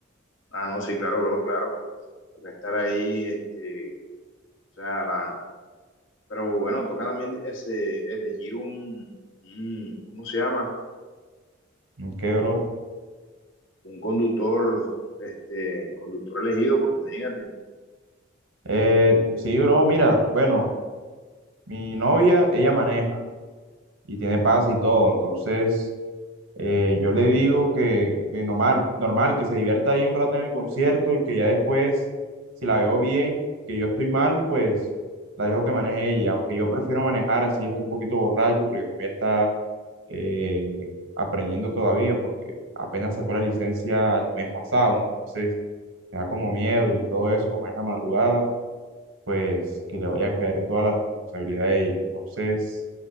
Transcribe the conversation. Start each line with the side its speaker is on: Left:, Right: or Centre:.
Left: ah, no, sí, claro, bro, claro. Toca estar ahí, este, o sea, la, pero bueno, toca también ese, elegir un, un, ¿cómo se llama?
Right: ¿Qué, bro?
Left: Un conductor, este, el conductor elegido, porque imagínate.
Right: Eh, sí, bro, mira, bueno. Mi novia, ella maneja y tiene pase y todo, entonces eh, yo le digo que, que normal, normal, que se divierta ahí un rato en el concierto y que ya después, si la veo bien, que yo estoy mal, pues la dejo que maneje ella, aunque yo prefiero manejar así, estoy un poquito borracho, porque como ella está eh, aprendiendo todavía, porque apenas sacó la licencia el mes pasado, entonces me da como miedo y todo eso, como es la madrugada, pues que le vaya a caer toda la responsabilidad a ella. Entonces,